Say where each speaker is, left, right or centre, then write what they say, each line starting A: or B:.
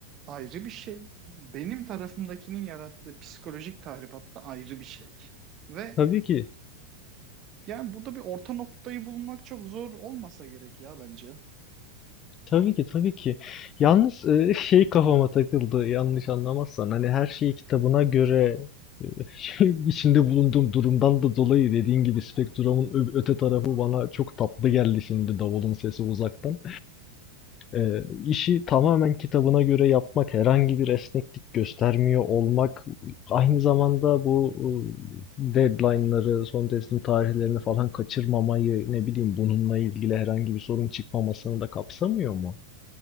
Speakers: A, on the right; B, on the left.
A: ayrı bir şey. Benim tarafımdakinin yarattığı psikolojik tahribat da ayrı bir şey. Ve
B: Tabii ki.
A: yani burada bir orta noktayı bulmak çok zor olmasa gerek ya bence.
B: Tabii ki, tabii ki. Yalnız, eee, <laughs> şey kafama takıldı, yanlış anlamazsan. Hani her şeyi kitabına göre, eee, <laughs> içinde bulunduğum durumdan da dolayı dediğin gibi spektrumun ö- öte tarafı bana çok tatlı geldi şimdi davulun sesi uzaktan. Eee işi tamamen kitabına göre yapmak, herhangi bir esneklik göstermiyor olmak, aynı zamanda bu eee, deadline'ları, son teslim tarihlerini falan kaçırmamayı, ne bileyim bununla ilgili herhangi bir sorun çıkmamasını da kapsamıyor mu?